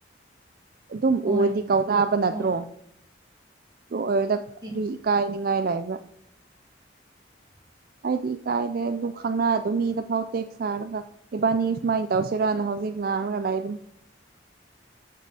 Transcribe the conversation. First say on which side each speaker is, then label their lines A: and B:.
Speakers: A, on the right; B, on the right.
A: ꯑꯗꯨꯝ
B: ꯎꯝ ꯍꯣꯏ
A: ꯎꯔꯗꯤ ꯀꯧꯅꯕ ꯅꯠꯇ꯭ꯔꯣ
B: ꯍꯣꯏ
A: ꯑꯗꯨ ꯑꯣꯏꯔ‌ꯣꯏꯗ ꯀꯔꯤ
B: ꯁꯤ
A: ꯏꯀꯥꯏꯅꯤꯡꯉꯥꯏ ꯂꯩꯕ꯭ꯔꯥ
B: <inaudible>
A: ꯑꯩꯗꯤ ꯏꯀꯥꯏꯗꯦ ꯑꯗꯨ ꯈꯪꯅꯗꯣ ꯃꯤꯗ ꯐꯥꯎ ꯇꯦꯛꯁ ꯊꯥꯔꯒ ꯏꯕꯥꯟꯅꯤ ꯁꯨꯃꯥꯏ ꯇꯧꯁꯤꯔꯅ ꯍꯧꯖꯤꯛ ꯉꯥꯡꯔꯒ ꯂꯩꯕꯅꯤ